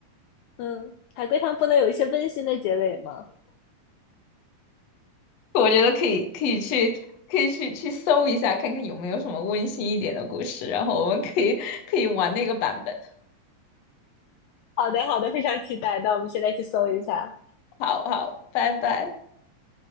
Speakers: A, on the left (about 85°); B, on the left (about 65°).
A: 嗯，海龟汤不能有一些温馨的结尾吗？
B: <laughs> 我觉得可以，可以去，可以去去搜一下，看看有没有什么温馨一点的故事，然后我们可以可以玩那个版本。
A: 好的，好的，非常期待。那我们现在去搜一下，
B: 好好，拜拜。